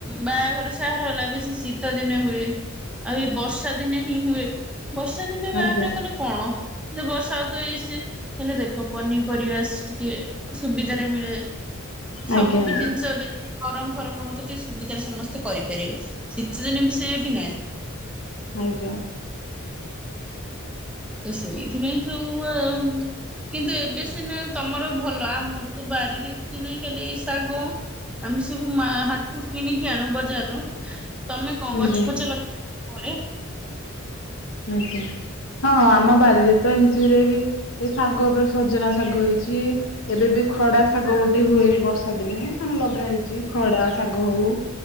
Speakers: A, in the centre; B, on the left.
A: ବାହାଘର ସହର ହେଲା ବେଶୀ ଶୀତ ଦିନେ ହୁଏ। ଆଉ ଏଇ ବର୍ଷା ଦିନେ ହିଁ ହୁଏ ବର୍ଷା ଦିନେ ବାହାଘରଟା
B: ଆଜ୍ଞା
A: କଲେ କଣ। ବର୍ଷା ହେ ତ ଏଇସି ହେଲେ ଦେଖ ପନିପରିବା ଟିକେ ସୁବିଧାରେ ମିଳେ। ସବୁ
B: ଆଜ୍ଞା ଆଜ୍ଞା ଆଜ୍ଞା ଆଜ୍ଞା
A: ବି ଜିନିଷ ଏବେ ଗରମ ଫରମରୁ ତ ଟିକେ ସୁବିଧାରେ ସମସ୍ତେ କରିପାରିବେ। ଶୀତଦିନେ ମିଷେଇ କି ନାହିଁ।
B: ଆଜ୍ଞା।
A: ତ ସେଇଥିପାଇଁ ସବୁ। କିନ୍ତୁ ଏବେ ସିନା ତମର ଭଲ ଆମର ତ ବାରିରେ କିଛି ନାହିଁ ଖାଲି ଶାଗ। ଆମେ ସବୁ ମାଳ ହାଟରୁୁ କିଣିକି ଆଣୁ ବଜାରରୁ ତମେ କଣ
B: ଆଜ୍ଞା
A: ଗଛ ପଛ ଲଗେ ଘରେ।
B: <unintelligible> ହଁ ଆମ ବାରିରେ ତ ଏମିତିରେ ବି ଏ ଶାଗ ଉପରେ ସଜନା ଶାଗ ହେଇଛି ଏବେ ବି। ଖଡା ଶାଗ ଗୋଟେ ହୁଏ ବର୍ଷା ଦିନେ ଆମେ ଲଗା ହେଇଛି ଖଡା ଶାଗ ହଉ